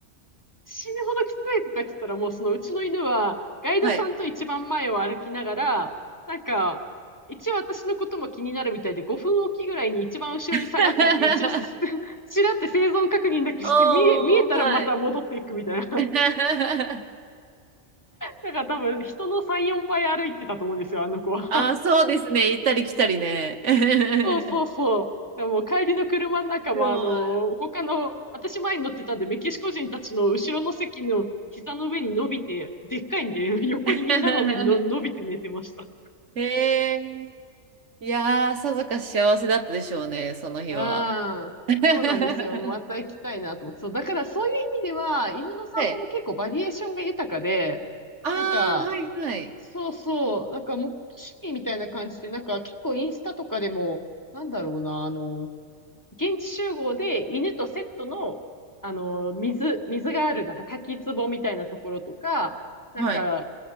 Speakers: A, on the left; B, on the right.
A: 死ぬほどきついとか言ってたら、もうそのうちの犬は、ガイドさんと一番前を歩きながら、
B: はい。
A: なんか、一応私のことも気になるみたいで、5分おきぐらいに一番後ろに下がってきて、
B: <laughs>
A: 一応す、<laughs> ちらって生存確認だけして、
B: おー、
A: 見え、見えたらまた戻っていくみたいな。
B: はい。<laughs>
A: だから多分、人の3、4倍歩いてたと思うんですよ、あの子は。
B: あー、そうですね。行ったり来たりね。<laughs>
A: そうそうそう。でも帰りの車の中も、
B: そう。
A: あのー他の、私前に乗ってたんで、メキシコ人たちの後ろの席の膝の上に伸びて、でっかいんで、<laughs> 横にみんなの上にの伸びて寝てました。
B: <laughs> へえ。いやー、さぞかし幸せだったでしょうね、その日は。
A: うん。
B: <laughs> は
A: そうなんですよ。また行きたいなと思って。そう、だからそういう意味では、犬の散歩も結構バリエーションが豊かで、
B: い。ああ、
A: なんか、
B: はいはい。
A: そうそう、なんかもう趣味みたいな感じで、なんか結構インスタとかでも、なんだろうな、あの、現地集合で犬とセットの、あの、水、水がある、なんか滝壺みたいなところとか、なんか、
B: はい。